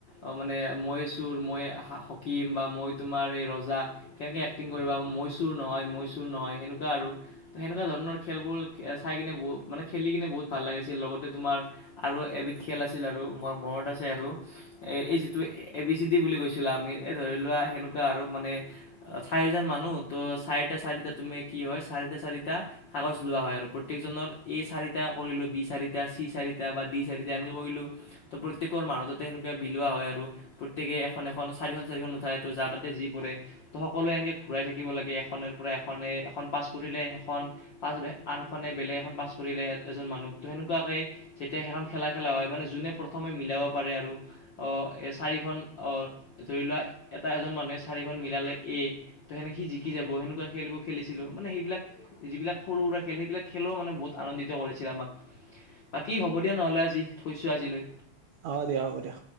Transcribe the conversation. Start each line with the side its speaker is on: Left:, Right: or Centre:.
Left: অ' মানে মই চুৰ মই হা হাকিম বা মই তোমাৰ এই ৰজা, কেনেকৈ এক্টিং কৰিবা মই চু চুৰ নহয়, মই চুৰ নহয়, সেনেকুৱা আৰু। সেনেকুৱা ধৰণৰ খেলবোৰ চাই কিনে বহু মানে খেলি কিনে বহু বহুত ভাল লাগিছিল লগতে তোমাৰ আৰু এবিধ খেল আছিল আৰু মোৰ মনত আছে আৰু এই যিটো এ বি চি ডি বুলি কৈছিলো আমি। এ ধৰি লোৱা সেনেকুৱা আৰু মানে চাৰিজন মানুহ তো চাৰিটা, চাৰিটা তুমি কি হয়, চাৰিটা চাৰিটা কাগজ লোৱা হয় আৰু প্ৰত্যেকজনৰ এই চাৰিটা কৰিলোঁ বি চাৰিটা, চি চাৰিটা বা দি চাৰিটা এনেকে কৰিলোঁ। ত 'প্ৰত্যেকৰ <unintelligible> সেনেকুৱা বিলোৱা হয়। আৰু প্ৰত্যেকে এখন এখন চাৰিখন চাৰিখন উঠাই তো যাৰ তাতে যি পৰে। তো সকলোৱে এনেকে ঘুৰাই থাকিব লাগে। এখন‌পৰা এখনে এখন পাছ কৰিলে সেখন পাছ আনখনে বেলেগ এখন পাছ কৰিলে এজন মানুহ ত সেনেকুৱাকে যেতিয়া সেইখন খেলা খেলা হয় মানে যোনে প্ৰথমে মিলাব পাৰে আৰু অ চাৰিখন অ ধৰি লোৱা এটা এজন মানুহে চাৰিখন মিলালে এ। তো সেনেক সি জি শিককি যাব সেনেকুৱা খেলবোৰ খেলিছিলো। মানে সেইবিলাক যিবিলাক সৰু সুৰা খেল সেইবিলাক খেলেও মানে বহুত আনন্দিত কৰিছিল। আক বাকী হ'ব দিয়া নহলে আজি থৈছো আজিলৈ
Right: অ দিয়া, হ'ব দিয়া।